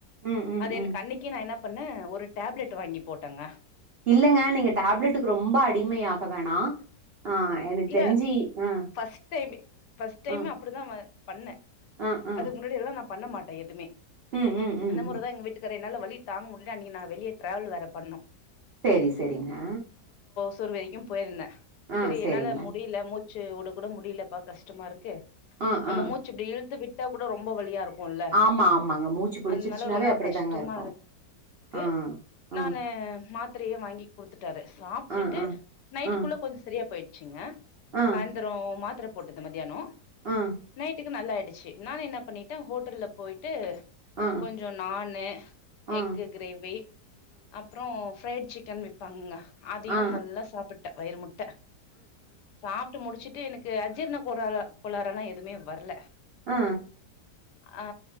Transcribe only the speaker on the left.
அது எனக்கு
அன்னைக்கே நா என்ன பண்ணே ஒரு டேப்லெட் வாங்கி போட்டங்க
இல்ல
ஃபஸ்ட் டைமு ஃபஸ்ட் டைமு
அப்டிதா வா பண்ண
அதுக்கு முன்னாடியெல்லா நா பண்ண மாட்ட எதுமே
அந்த மொறதா
எங்க வீட்டுக்கார் ரு என்னால வலி தாங்க முட்ல அன்னக்கு நா வெளிய டிராவல் வேற பண்ணோ
துரு வைக்கு போயிருந்தே
செரி
என்னால முடிய்ல மூச்சு வுடக் கூட முடிய்லப்பா கஷ்டமா இருக்கு
நம்ம
மூச்சு இப்டி இழுத்து விட்டாக் கூட ரொம்ப வலியா இருக் க்குல்ல
அதனால ரொம்ப
கஷ்டமா
இருக் க்கு
நானு
மாத் த்தரையே வாங்கி குடுத்துட்டாரு சாப்ட்டுட்டு
நைட்டுக்குள்ள
கொஞ்ச சரியா போயிட்ச்சுங்க
சாய்ந்தரோ மாத்தர போட்டது மத்யானோ
நைட்டுக்கு நல்லா ஆயிடுச் சேர் நானு என்ன பண்ணிட்டே ஹோட்டல்ல போயிட்டு
கொஞ்சொ நானு
எக்கு கிரேவி அப்றோ ஃப்ரைட் சிக்கன் விப்பாங்கங்க அதையு
நல்லா சாப்புட்டே வயிறு முட்ட சாப்ட்டு முடிச்சுட்டு எனக்கு அஜீர்ண கோறாறு கோலாரெல்லா எதுமே வர்ல
ஆ